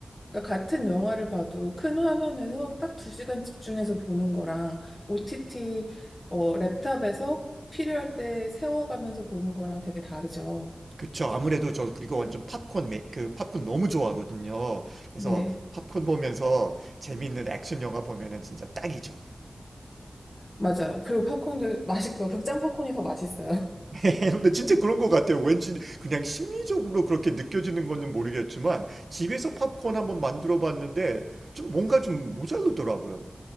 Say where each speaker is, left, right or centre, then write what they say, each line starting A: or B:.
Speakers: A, on the left; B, on the right.
A: 그러니까 같은 영화를 봐도 큰 화면에서 딱 두 시간 집중해서 보는 거랑 OTT 어, 랩탑에서 필요할 때 세워가면서 보는 거랑 되게 다르죠.
B: 그쵸. 아무래도 저 그리고 완전 팝콘 매, 그 팝콘 너무 좋아하거든요. 그래서
A: 네,
B: 팝콘 보면서 재밌는 액션 영화 보면은 진짜 딱이죠.
A: 맞아요. 그리고 팝콘도 맛있고요. 극장 팝콘이 더 맛있어요.
B: <laughs> 근데 진짜 그런 것 같아요. 왠지 그냥 심리적으로 그렇게 느껴지는 거는 모르겠지만 집에서 팝콘 한번 만들어 봤는데 좀 뭔가 좀 모자르더라고요.